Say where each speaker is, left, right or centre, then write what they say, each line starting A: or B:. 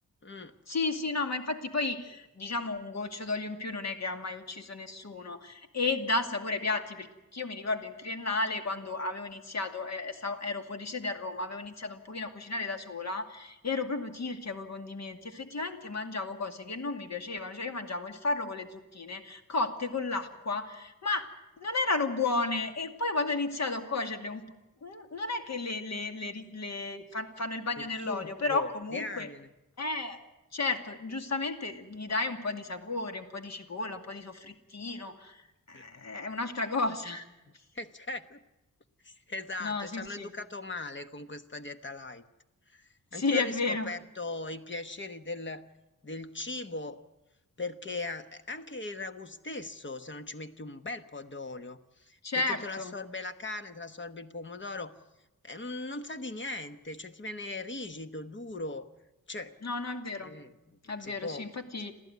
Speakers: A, on the left; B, on the left.
A: Mm,
B: Sì, sì, no, ma infatti poi diciamo un goccio d'olio in più non è che ha mai ucciso nessuno e dà sapore ai piatti perché io mi ricordo in triennale quando avevo iniziato, eh, stavo- ero fuori sede a Roma, avevo iniziato un pochino a cucinare da sola e ero proprio tirchia con i condimenti, effettivamente mangiavo cose che non mi piacevano, cioè io mangiavo il farro con le zucchine cotte con l'acqua, ma non erano buone e poi quando ho iniziato a cuocerle un po'... Non è che le, le- le ri- le fan- fanno il bagno
A: mi
B: nell'olio,
A: zuppo,
B: però comunque
A: diamine.
B: eh, certo, giustamente gli dai un po' di sapore, un po' di cipolla, un po' di soffrittino, eh,
A: Eh, eh.
B: è un'altra cosa. <laughs>
A: <laughs> Eh, certo. Esatto,
B: No, sì,
A: ci hanno
B: sì,
A: educato male con questa dieta light.
B: sì,
A: Anch'io ho
B: è
A: riscoperto
B: vero,
A: i piaceri del, del cibo perché a- anche il ragù stesso, se non ci metti un bel po' d'olio, perché
B: certo,
A: te lo assorbe la carne, te lo assorbe il pomodoro, eh, mm, non sa di niente, cioè ti viene rigido, duro, cioè
B: no, no, è vero,
A: mm, non
B: è vero,
A: si può,
B: sì, infatti